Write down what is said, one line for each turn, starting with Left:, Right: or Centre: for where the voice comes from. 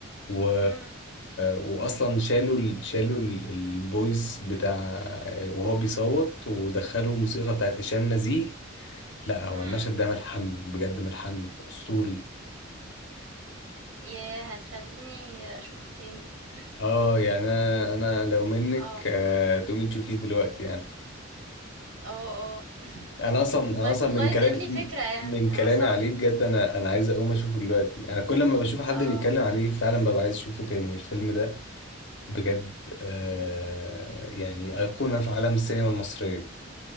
Left: و...
Right: إمم،
Left: وأصلا شالوا ال... شالوا ال- الفويس بتاع وهو بيصوت ودخلوا موسيقى بتاعت هشام نزيه لا هو
Right: إمم،
Left: المشهد ده ملحمي بجد ملحمي أسطوري
Right: ياه! هتخلّيني أشوفه تاني <laughs>
Left: اه يعني انا انا لو منك
Right: آه،
Left: آه، تقومي تشوفيه دلوقتي يعني
Right: آه، آه، <laughs>
Left: انا اصلا انا
Right: طيب
Left: اصلا
Right: والله
Left: من كلام
Right: اديت لي فكرة يعني
Left: من كلامي
Right: أنا أصلًا
Left: عليه بجد انا انا عايز اقوم اشوفه دلوقتي انا كل ما بشوف حد
Right: آه.
Left: بيتكلم عليه فعلا ببقى عايز اشوفه تاني الفيلم ده بجد آه يعني ايقونة في عالم السينما المصرية